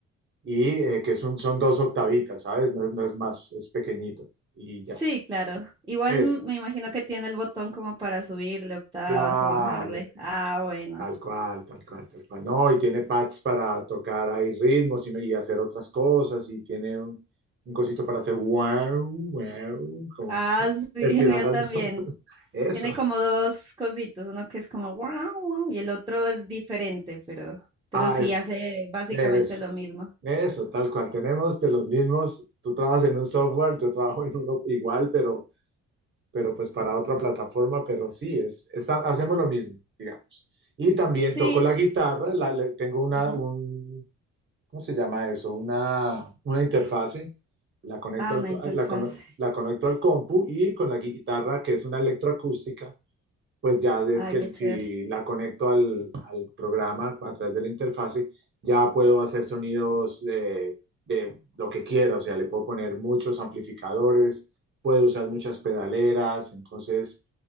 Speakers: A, on the right; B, on the right.
A: y eh, que es un, son dos octavitas, ¿sabes? No, no es más, es pequeñito
B: <laughs>
A: y ya.
B: sí, claro. Igual
A: Es,
B: mm, me imagino que tiene el botón como para subirle octavas
A: claro,
B: o bajarle. Ah, bueno.
A: Tal cual, tal cual, tal cual. No, y tiene pads para tocar ahí ritmos y, me- y hacer otras cosas y tiene un, un cosito para hacer wow, wow, como
B: Ah,
A: <laughs>
B: <laughs> sí,
A: estirar
B: el mío
A: las
B: también.
A: notas. Eso.
B: Tiene como dos cositos, uno que es como wow, wow, y el otro es diferente, pero, pero
A: Ah,
B: sí
A: es,
B: hace básicamente
A: eso,
B: lo mismo.
A: eso, tal cual. Tenemos de los mismos, tú trabajas en un software, yo trabajo en uno igual, pero, pero pues para otra plataforma, pero sí, es, es hacemos lo mismo, digamos. Y también
B: Sí.
A: toco la guitarra, la, la- tengo una,
B: ujú.
A: un ¿cómo se llama eso? Una, una interfase, la conecto
B: Ah,
A: al,
B: una
A: co-
B: interfaz.
A: ah, la, cono- la conecto al compu y con la guitarra, que es una electroacústica, pues ya es
B: Ay,
A: que
B: qué
A: si
B: chévere.
A: la conecto al, al programa a través de la interfase, ya puedo hacer sonidos eh, de lo que quiera, o sea, le puedo poner muchos amplificadores, puedo usar muchas pedaleras, entonces